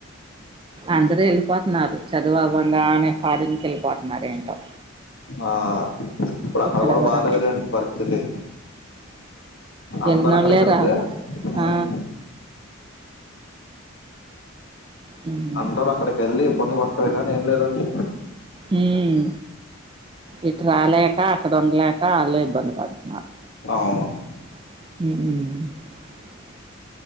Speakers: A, on the right; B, on the left.
A: అందరూ ఎళ్ళిపోతున్నారు చదువు అవ్వంగానె అనే ఫారిన్కి ఎళ్ళిపోతున్నారు ఏంటో
B: ఆ ఇప్పుడక్కడ
A: ఇక్కడ
B: కూడా
A: ఎవరందరూ
B: బాలేదులేండి పరిస్థితి. అందరు
A: ఎల్నోల్లే
B: అక్కడికి వెళ్తే
A: రారు.
B: ఉమ్,
A: ఆ హ్మ్
B: అందరు అక్కడికెళ్ళి ఇబ్బంది పట్టమే కానీ ఏం లేదండి.
A: మ్మ్ ఇటు రాలేక అక్కడ ఉండలేక ఆల్లే ఇబ్బంది పడుతున్నారు
B: అవును
A: మ్మ్